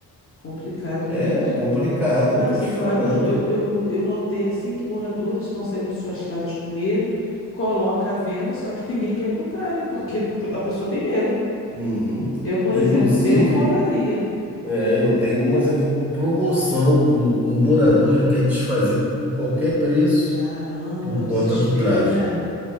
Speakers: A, on the left; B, in the centre.
A: complicado
B: É
A: mesmo.
B: complicado,
A: Não,
B: tô
A: e sem
B: te
A: falar
B: falando.
A: que os- eu, eu, eu notei assim que moradores estão saindo de suas casas com medo, coloca à venda, só que <laughs> ninguém quer comprar, né? Porque a pessoa tem medo.
B: Uhum.
A: Eu, por
B: Inclusive,
A: exemplo, eu não moraria.
B: é, eu tenho umas aqui com promoção que o, o morador ele quer desfazer por qualquer preço
A: Caramba,
B: por
A: o
B: conta
A: desespero,
B: do tráfico.
A: né?